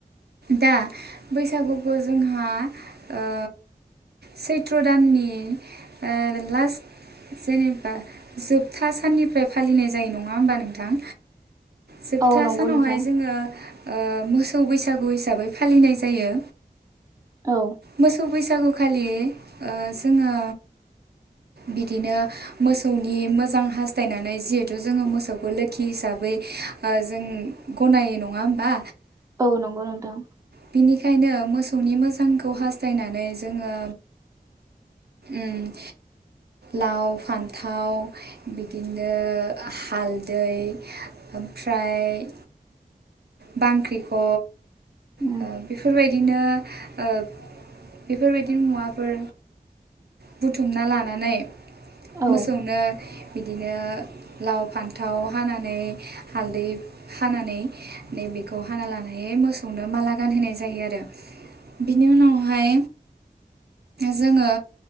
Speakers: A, on the right; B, on the right.
A: दा बैसागुखौ जोंहा ओ सैथ्र' दाननि ओ लास्ट जेनेबा जोबथा साननिफ्राय फालिनाय जायो नङा होमबा नोंथां? जोबथा
B: औ नंगौ
A: सानावहाय
B: नोंथां
A: जोङो ओ मोसौ बैसागु हिसाबै फालिनाय जायो।
B: औ।
A: मोसौ बैसागु खालि ओ जोङो बिदिनो मोसौनि मोजां हास्थायनानै जिहेथु जोङो मोसौखौ लोखि हिसाबै ओ जों गनायो नङा होमबा?
B: औ नंगौ नोंथां।
A: बिनिखायनो मोसौनि मोजांखौ हास्थायनानै जोङो उम लाव, फान्थाव, बिदिनो हालदै ओमफ्राय बांख्रिखब
B: उम
A: ओ‌ बेफोरबाय दिनो ओ बेफोरबायदि मुवाफोर बुथुमना लानानै
B: औ
A: मोसौनो बिदिनो लाव, फान्थाव हानानै हालदै हानानै नैबेखौ हाना लानानै मोसौनो माला गानहोनाय जायो। आरो बिनि उनावहाय जोङो